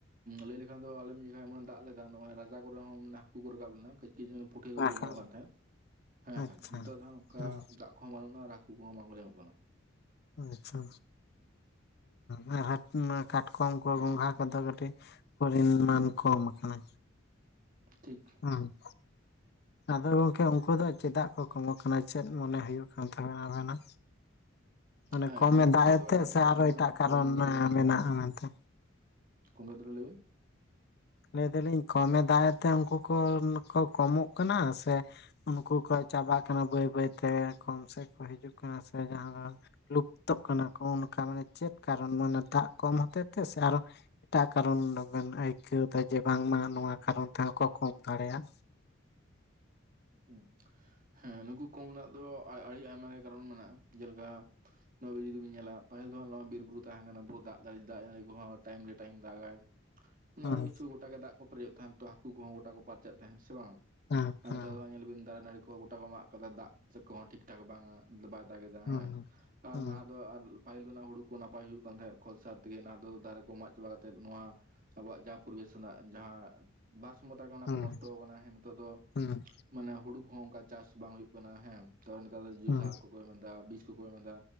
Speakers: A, on the right (about 45°); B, on the left (about 55°).
A: ᱞᱟᱹᱭ ᱞᱮᱠᱷᱟᱱ ᱫᱚ ᱟᱞᱮᱢ ᱞᱮᱠᱷᱟᱡ ᱢᱟᱱᱮ ᱫᱟᱜ ᱞᱮᱫᱟ ᱱᱚᱜᱼᱚᱭ ᱨᱟᱪᱟ ᱠᱚᱨᱮ ᱦᱚᱸ ᱢᱟᱱᱮ ᱠᱩ ᱠᱚ ᱨᱟᱠᱟᱵ ᱞᱮᱱᱟ ᱠᱟᱹᱡ ᱠᱟᱹᱡ ᱢᱮ ᱯᱩᱴᱷᱭᱟᱹ
B: ᱵᱟᱠᱷᱟᱱ
A: ᱠᱚᱠᱚ ᱧᱟᱢᱚᱜ ᱠᱟᱱ ᱛᱟᱦᱮᱸᱫ ᱦᱮᱸ
B: ᱟᱪᱪᱷᱟ
A: ᱦᱮᱸ ᱱᱮᱛᱟᱨ ᱫᱚ ᱦᱟᱸᱜ
B: ᱦᱮᱸ
A: ᱫᱟᱜ ᱠᱚᱦᱚᱸ ᱵᱟᱹᱱᱩᱜᱼᱟ ᱦᱟᱹᱠᱩ ᱠᱚᱦᱚᱸ ᱵᱟᱝ ᱠᱚ ᱧᱟᱢᱚᱜ ᱠᱟᱱᱟ
B: ᱟᱪᱪᱷᱟ ᱦᱮᱸ ᱟᱨ ᱠᱟᱴᱠᱚᱢ ᱠᱚ ᱜᱚᱸᱜᱷᱟ ᱠᱚᱫᱚ ᱠᱟᱹᱴᱤᱡ ᱯᱚᱨᱤᱢᱟᱱ ᱠᱚᱢ ᱟᱠᱟᱱᱟ
A: ᱴᱷᱤᱠ
B: ᱦᱩᱸ ᱟᱫᱚ ᱜᱚᱝᱠᱮ ᱩᱱᱠᱩ ᱫᱚ ᱪᱮᱫᱟᱜ ᱠᱚ ᱠᱚᱢᱚᱜ ᱠᱟᱱᱟ ᱪᱮᱫ ᱢᱚᱱᱮ ᱦᱩᱭᱩᱜ ᱠᱟᱱ ᱛᱟᱵᱮᱱᱟ ᱟᱵᱮᱱᱟᱜ ᱢᱟᱱᱮ
A: ᱦᱮᱸ
B: ᱠᱚᱢᱮ
A: ᱱᱚᱣᱟ ᱤᱫᱤ
B: ᱫᱟᱜ
A: ᱠᱟᱛᱮᱫ
B: ᱮᱫᱛᱮ
A: ᱫᱚ ᱟᱹᱰᱤ
B: ᱥᱮ
A: ᱟᱭᱢᱟ
B: ᱟᱨᱚ ᱮᱴᱟᱜ ᱠᱟᱨᱚᱱ
A: ᱢᱮᱱᱟᱜ ᱞᱮᱠᱟᱞᱤᱧ ᱢᱚᱱᱮᱭᱟ
B: ᱢᱮᱱᱟᱜᱼᱟ ᱢᱮᱱᱛᱮ
A: <unintelligible>
B: ᱞᱟᱹᱭ ᱫᱟᱞᱤᱧ ᱠᱚᱢᱮ ᱫᱟᱜ ᱮᱫ ᱛᱮ ᱩᱱᱠᱩ ᱠᱚ ᱠᱚ ᱠᱚᱢᱚᱜ ᱠᱟᱱᱟ ᱥᱮ ᱩᱱᱠᱩ ᱠᱚ ᱪᱟᱵᱟᱜ ᱠᱟᱱᱟ ᱵᱟᱹᱭ ᱵᱟᱹᱭᱛᱮ ᱠᱚᱢ ᱥᱮᱫ ᱠᱚ ᱦᱤᱡᱩᱜ ᱠᱟᱱᱟ ᱥᱮ ᱡᱟᱦᱟᱸ ᱫᱚ ᱞᱩᱯᱛᱚᱜ ᱠᱟᱱᱟ ᱠᱚ ᱚᱱᱠᱟ ᱢᱟᱱᱮ ᱪᱮᱫ ᱠᱟᱨᱚᱱ ᱢᱟᱱᱮ ᱫᱟᱜ ᱠᱚᱢ ᱦᱚᱛᱮᱡ ᱛᱮ ᱥᱮ ᱟᱨᱚ ᱮᱴᱟᱜ ᱠᱟᱨᱚᱱ ᱛᱮᱵᱮᱱ ᱟᱹᱭᱠᱟᱹᱣ ᱮᱫᱟ ᱡᱮ ᱵᱟᱝᱢᱟ ᱱᱚᱣᱟ ᱠᱟᱨᱚᱱ ᱛᱮᱦᱚᱸ ᱠᱚ ᱠᱚᱢ ᱫᱟᱲᱮᱭᱟᱜ
A: ᱦᱮᱸ ᱦᱮᱸ ᱱᱩᱠᱩ ᱠᱚᱢ ᱨᱮᱱᱟᱜ ᱫᱚ ᱟᱹᱰᱤ ᱟᱭᱢᱟ ᱜᱮ ᱠᱟᱨᱚᱱ ᱢᱮᱱᱟᱜᱼᱟ ᱡᱮᱞᱮᱠᱟ ᱱᱚᱣᱟ ᱡᱩᱫᱤ ᱵᱚᱱ ᱧᱮᱞᱟ ᱯᱟᱹᱦᱤᱞ ᱫᱚ ᱦᱟᱸᱜ ᱱᱚᱣᱟ ᱵᱤᱨ ᱵᱩᱨᱩ ᱛᱟᱦᱮᱸ ᱠᱟᱱᱟ ᱫᱟᱜ ᱫᱟᱲᱮ ᱫᱟᱜ ᱡᱟᱲᱤ ᱠᱚᱦᱚᱸ ᱴᱟᱭᱤᱢ ᱠᱮ ᱴᱟᱭᱤᱢ ᱫᱟᱜᱟᱭ ᱟᱹᱰᱤ
B: ᱦᱩᱸ
A: ᱠᱤᱪᱷᱩ ᱜᱚᱴᱟᱜ ᱜᱮ ᱫᱟᱜ ᱠᱚ ᱯᱮᱨᱮᱡᱚᱜ ᱛᱟᱦᱮᱸᱱ ᱛᱚ ᱦᱟᱹᱠᱩ ᱠᱚᱦᱚᱸ ᱜᱚᱴᱟ ᱠᱚ ᱯᱟᱨᱪᱟᱜ ᱛᱟᱦᱮᱸᱱ ᱥᱮ ᱵᱟᱝ
B: ᱦᱩᱸ
A: ᱟᱨ
B: ᱦᱩᱸ
A: ᱱᱮᱛᱟᱨ ᱦᱚᱸ ᱧᱮᱞ ᱵᱤᱱ ᱫᱟᱨᱮ ᱱᱟᱹᱲᱤ ᱠᱚᱦᱚᱸ ᱜᱚᱴᱟ ᱠᱚ ᱢᱟᱜ ᱠᱟᱫᱟ ᱫᱟᱜ ᱛᱮ ᱠᱚᱦᱚᱸ ᱴᱷᱤᱠᱼᱴᱷᱟᱠ ᱵᱟᱝᱟ ᱵᱟᱭ ᱫᱟᱜ ᱮᱫᱟ ᱦᱮᱸ
B: ᱦᱩᱸ
A: ᱟᱨ
B: ᱦᱩᱸ
A: ᱱᱟᱦᱟᱸᱜ ᱫᱚ ᱟᱨ ᱯᱟᱹᱦᱤᱞ ᱫᱚ ᱦᱩᱲᱩ ᱠᱚ ᱱᱟᱯᱟᱭ ᱦᱩᱭᱩᱜ ᱠᱟᱱ ᱛᱟᱦᱮᱸ ᱠᱷᱚᱫᱽ ᱥᱟᱨ ᱛᱮᱜᱮ ᱱᱚᱣᱟ ᱫᱚ ᱫᱟᱨᱮ ᱠᱚ ᱢᱟᱜ ᱪᱟᱵᱟ ᱠᱟᱛᱮᱜ ᱱᱚᱣᱟ ᱟᱵᱚᱣᱟᱜ ᱡᱟᱦᱟᱸ ᱯᱚᱨᱤᱵᱮᱥ ᱨᱮᱱᱟᱜ ᱡᱟᱦᱟᱸ ᱵᱟᱨ ᱥᱚᱢᱚᱛᱟ ᱜᱮ ᱚᱱᱟ
B: ᱦᱩᱸ
A: ᱠᱚ ᱱᱚᱥᱴᱚ ᱠᱟᱱᱟ ᱦᱮᱸ ᱱᱤᱛᱚᱜ ᱫᱚ
B: ᱦᱩᱸ
A: ᱢᱟᱱᱮ ᱦᱩᱲᱩ ᱦᱚ ᱚᱱᱠᱟ ᱪᱟᱥ ᱵᱟᱝ ᱦᱩᱭᱩᱜ ᱠᱟᱱᱟ ᱦᱮᱸ ᱛᱚ ᱱᱮᱛᱟᱨ ᱫᱚ
B: ᱦᱩᱸ
A: ᱥᱟᱨ ᱠᱚᱠᱚ ᱮᱢᱮᱫᱟ ᱵᱤᱥ ᱠᱚᱠᱚ ᱮᱢᱮᱫᱟ